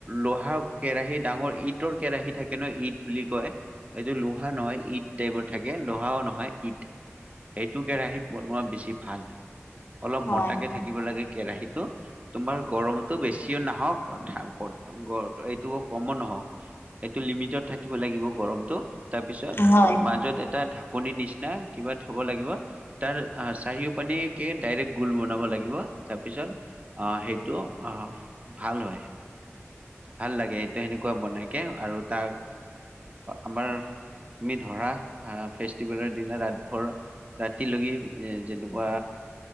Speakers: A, on the right; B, on the left.
A: লোহা কেৰাহী ডাঙৰ ঈটৰ কেৰাহী থাকে ন ঈদ বুলি কয় এইটো লোহা নহয় ঈদ টাইপৰ থাকে লোহাও নহয় ঈদ সেইটো কেৰাহিত বনোৱা বেছি ভাল অলপ
B: হয়,
A: মতাকে
B: হয়।
A: থাকিব লাগে কেৰাহীত তোমাৰ গৰমটো বেছিও নাহক কঠাও ক'ত <unintelligible> এইটো কমো নহওক এইটো লিমিটত থাকিব লাগিব গৰমটো তাৰপিছত
B: হয়,
A: মাজত এটা ঢাক কণীৰ নিচিনা কিবা থ'ব লাগিব তাৰ চাৰিও পানীকে ডাইৰেক্ট গোল বনাব লাগিব তাৰ পিছত আহ সেইটো অঁ। ভাল হয়। ভাল লাগে সটো সেনেকুৱা বনাইে আৰু তাক আমাৰ তুমি ধৰা ফেষ্টিভেলৰ দিনা ৰা ৰাতিলৈি যেনেকুৱা